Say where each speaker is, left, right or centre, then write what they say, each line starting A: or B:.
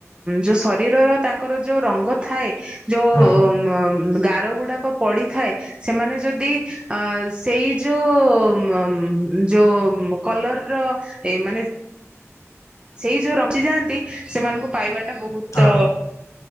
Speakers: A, on the right (about 20°); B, on the left (about 80°).
A: ଯୋଉ ଶରୀରର ତାଙ୍କର ଯୋଉ ରଙ୍ଗ ଥାଏ ଯୋଉ
B: ହଁ ହଁ
A: ଗାର ଗୋ ଡ଼ାକ ପଡ଼ିଥାଏ ସେମାନେ ଯଦି ଆ ସେଇ ଯଉ ମ-ମ ଯୋଉ ମ କଲର ର ଏ ମାନେ ସେଇ ଯୋଉ ରଞ୍ଚିଯାଆନ୍ତି ସେମାନଙ୍କୁ ପାଇବା ଏ ବହୁତ
B: ହଁ